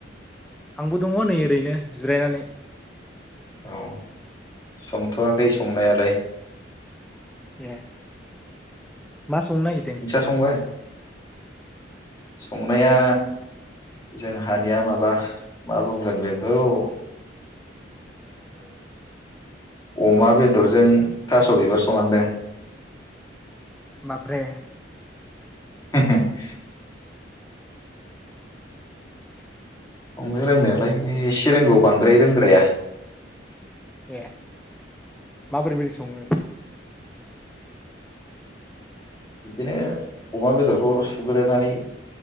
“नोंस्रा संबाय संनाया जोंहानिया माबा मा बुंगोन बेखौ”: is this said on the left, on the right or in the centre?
Left